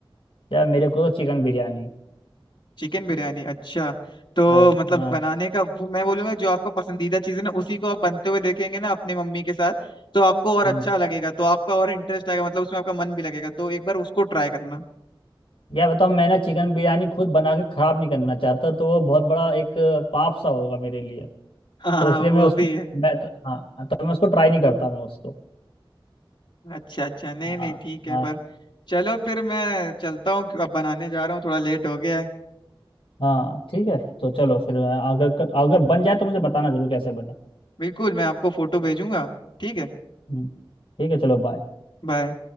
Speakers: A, on the left; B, on the left.
A: यार मेरे को तो चिकन बिरयानी
B: चिकन बिरयानी अच्छा तो
A: हाँ
B: मतलब
A: हाँ
B: बनाने का वो मैं बोलूंगा जो आपका पसंदीदा चीज़ है ना उसी को आप बनते हुए देखेंगे ना अपनी मम्मी के साथ तो आपको और
A: हम्म
B: अच्छा लगेगा तो आपका और इंटरेस्ट आएगा मतलब उसमें आपका मन भी लगेगा तो एक बार उसको ट्राई करना
A: यह बताओ मैं ना चिकन बिरयानी खुद बना के खराब नहीं करना चाहता तो वो बहुत बड़ा एक पाप सा होगा मेरे लिए
B: हाँ
A: तो इसलिए
B: वो
A: मैं उसमें
B: भी है
A: मैं तो, हाँ हाँ, तो मैं उसको ट्राई नहीं करता मैं उसको
B: अच्छा अच्छा नहीं
A: हाँ
B: नहीं ठीक है
A: हाँ
B: पर चलो फिर मैं चलता हूँ अब बनाने जा रहा हूँ थोड़ा लेट हो गया है
A: हाँ ठीक है तो चलो फिर अगर अगर बन जाए तो मुझे बताना जरूर कैसे बने
B: बिल्कुल मैं आपको फोटो भेजूंगा ठीक है
A: हम्म, ठीक है चलो बाय
B: बाय